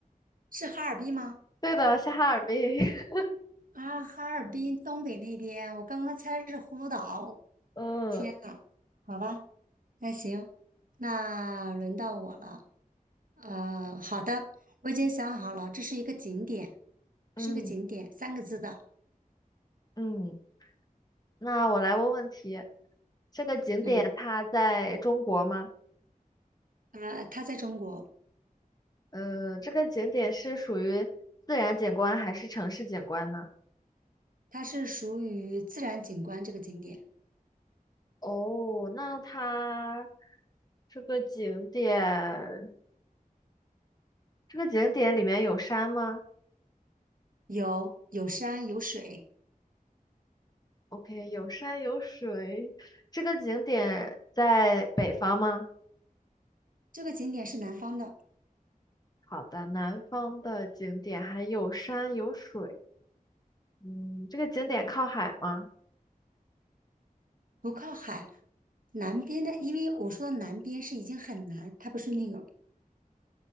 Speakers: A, on the right; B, on the left.
A: 是哈尔滨吗？
B: 对的，是哈尔滨。<laughs>
A: 啊，哈尔滨东北那边，我刚刚猜是葫芦岛，
B: 嗯
A: 天呐，好吧，那行，那轮到我了。呃，好的，我已经想好了，这是一个景点，
B: 嗯
A: 是个景点，三个字的。
B: 嗯。那我来问问题，这个景点它在中国吗？
A: 嗯，呃，它在中国，
B: 呃，这个景点是属于自然景观还是城市景观呢？
A: 它是属于自然景观这个景点，
B: 哦，那它这个景点，这个景点里面有山吗
A: 有有山有水。
B: ？OK，有山有水。这个景点在北方吗？
A: 这个景点是南方的，
B: 好的，南方的景点还有山有水。嗯，这个景点靠海吗？
A: 不靠海。南边的，因为我说的南边是已经很南，它不是那个